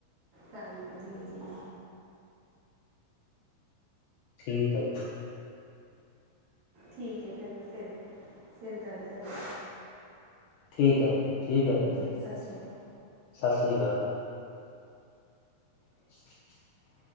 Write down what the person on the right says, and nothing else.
ਜੀ ਜੀ
ਠੀਕ ਹੈ ਫਿਰ ਮੈਂ ਫਿਰ ਫਿਰ ਗੱਲ ਕਰਾਂ
ਜੀ ਸਤਿ ਸ਼੍ਰੀ ਅਕਾਲ